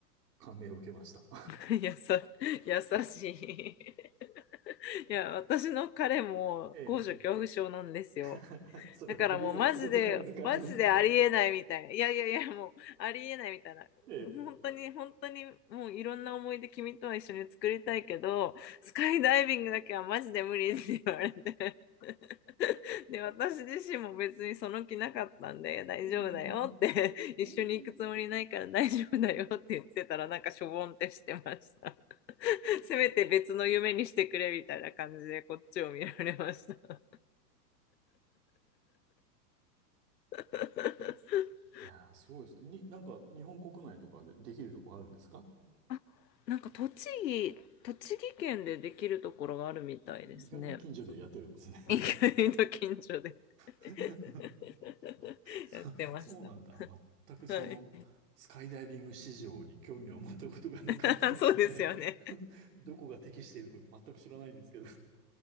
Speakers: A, on the right; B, on the left.
A: 感銘を受けました。
B: <laughs> やさ、優しい。<laughs> いや、私の彼も高所恐怖症なんですよ。
A: <laughs> ええ <laughs> それは無理やり連れてかれる感じですか
B: だからもうマジで、マジでありえないみたいな。いやいやいや、もうありえないみたいな。
A: <laughs> え
B: 本当に、本当に、もういろんな思い出君とは一緒に作りたいけど、スカイダイビングだけはマジで無理って言われて。<laughs> で、私自身も別にその気なかったんで、大丈夫だよって、
A: え。<laughs>
B: 一緒に行くつもりないから大丈夫だよって言ってたら、なんかしょぼんってしてました。<laughs> せめて別の夢にしてくれみたいな感じで、こっちを見られました。<laughs>
A: いやー、すごいですね。に、なんか、日本国内とかでできるとこあるんですか
B: あ、なんか栃木、栃木県でできるところがあるみたいですね。
A: 意外に近所でやってるんですね。
B: <laughs> 意外と近所で
A: <laughs>
B: <laughs>
A: そ、
B: やってました。
A: そうなんだ。全くその、
B: はい。
A: スカイダイビング市場に興味を持ったことがなかったので
B: <laughs> そうですよね。
A: <laughs> どこが適しているとか全く知らないんですけど